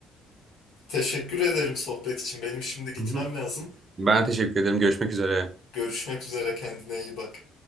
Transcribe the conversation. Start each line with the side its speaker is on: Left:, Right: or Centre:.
Left: Teşekkür ederim sohbet için. Benim şimdi gitmem
Right: Hı hı.
Left: lazım.
Right: Ben teşekkür ederim. Görüşmek üzere.
Left: Görüşmek üzere kendine iyi bak.